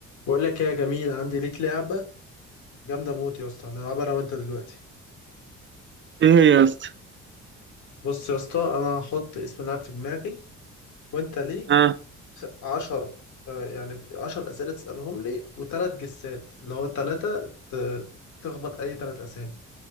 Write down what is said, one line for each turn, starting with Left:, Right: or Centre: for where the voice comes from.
Left: بقول لك إيه يا جميل عندي ليك لعبة جامدة موت يا اسطى هنلعبها انا وانت دلوقتي
Right: ايه هي يا اسطى
Left: بص يا اسطى انا هحط اسم لعب في دماغي وانت ليك
Right: اه
Left: خ- عشر آه، يعني عشر اسئلة تسألهم لي وتلات جسات اللي هو تلاتة ت- تخبط اي تلات اسامي